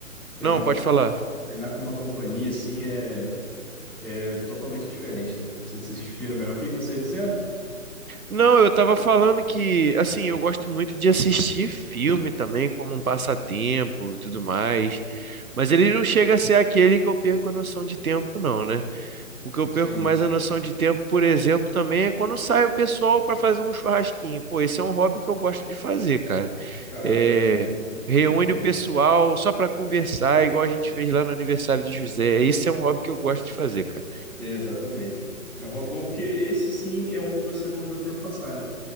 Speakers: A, in the centre; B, on the right (about 85°).
A: treinar
B: Não, pode falar.
A: Treinar com uma companhia assim é, é totalmente diferente, né? Você se inspira melhor. O que que você ia dizendo?
B: Não, eu tava falando que, assim, eu gosto muito de assistir filme também, como um passatempo e tudo mais. Mas ele não chega a ser aquele que eu perco a noção de tempo, não, né? O que eu
A: Sim,
B: perco mais a noção de tempo, por exemplo, também é quando sai o pessoal pra fazer um churrasquinho. Pô, esse é um hobby que eu gosto de fazer, cara.
A: cara,
B: É,
A: também, né?
B: Reúne
A: Muito bom.
B: o pessoal só pra conversar, igual a gente fez lá no aniversário de José. Esse é um hobby que eu gosto de fazer, cara.
A: É, exatamente. É um hobby bom porque esse sim é um que você não vê o tempo passar, né?